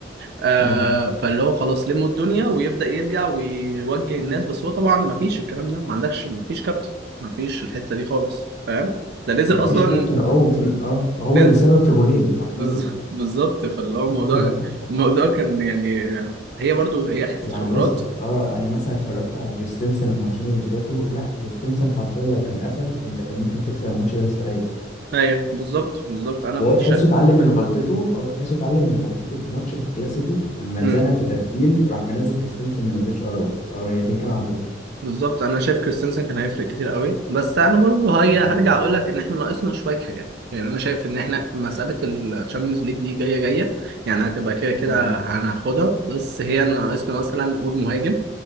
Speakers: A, on the right; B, on the left.
A: آه
B: اه
A: فاللي هو خلاص لموا الدنيا ويبدأ يرجع ويوجه الناس بس هو طبعا ما فيش الكلام ده ما عندكش ما فيش كابتن ما فيش الحتة دي خالص فاهم ده نزل
B: مفيش
A: أصلا
B: كابتن اه وفي- اه هو
A: نزل
B: اللي سبب في جولين
A: <laughs>
B: حرفيا
A: بالظ- بالظبط فاللي هو الموضوع
B: <laughs>
A: الموضوع كان يعني هي برضو هي حتة
B: يعني
A: خبرات
B: بص اه انا مثلا اتفرجت على كريستنسن الماتشين اللي فاتوا لا كريستنسن حرفيا لو كان قفل انت كان ممكن تكسب الماتش ده مستريح
A: ايوه بالظبط بالظبط انا
B: وهو
A: كنت
B: تحسه
A: شا...
B: اتعلم من غلطته هو تحسه اتعلم من غلطته في ماتش الكلاسيكو اما
A: مم.
B: اتزنق في تبديل راح منزل كريستنسن ما نزلش اراوخو رغم ان الاثنين كانوا على الدكه
A: بالظبط انا شايف كريستنسن كان هيفرق كتير قوي بس انا برضو هي
B: اه
A: هرجع اقول لك ان احنا ناقصنا شويه حاجات يعني انا شايف ان احنا مساله الشامبيونز ليج دي جايه جايه يعني هتبقى كده كده
B: اه
A: هناخدها بس هي ناقصنا مثلا نقول مهاجم